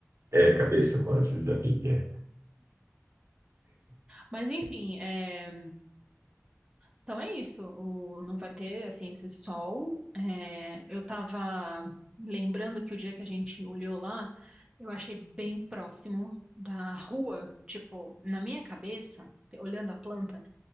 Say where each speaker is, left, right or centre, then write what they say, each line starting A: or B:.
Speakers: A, on the right; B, on the right.
A: É, cabeça, vozes da Bíblia.
B: Mas enfim, é. Então é isso, o- não vai ter assim esse sol. É, eu tava lembrando que o dia que a gente olhou lá, eu achei bem próximo da rua, tipo, na minha cabeça, olhando a planta,